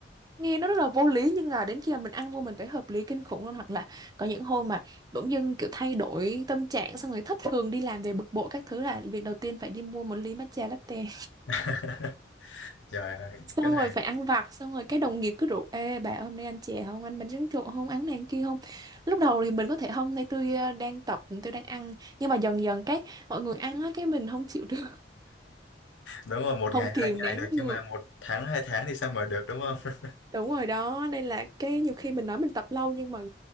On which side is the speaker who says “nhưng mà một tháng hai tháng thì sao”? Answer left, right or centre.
Left